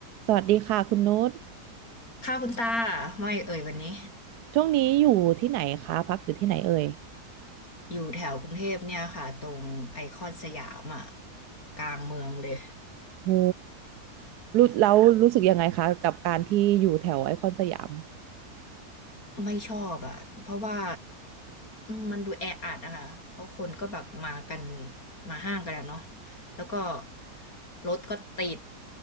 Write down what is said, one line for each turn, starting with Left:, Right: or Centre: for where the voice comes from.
Right: สวัสดีค่ะคุณนุช
Left: ค่ะคุณตาไม่เอ่ยวันนี้
Right: ช่วงนี้อยู่ที่ไหนคะพักอยู่ที่ไหนเอ่ย
Left: อยู่แถวกรุงเทพเนี่ยค่ะตรงไอคอนสยามอ่ะกลางเมืองเลย
Right: โหรู้แล้วรู้สึกยังไงคะกับการที่อยู่แถวไอคอนสยาม
Left: ไม่ชอบอ่ะเพราะว่าอืมมันดูแออัดอะค่ะเพราะคนก็แบบมากันมาห้างกันอะเนาะแล้วก็รถก็ติด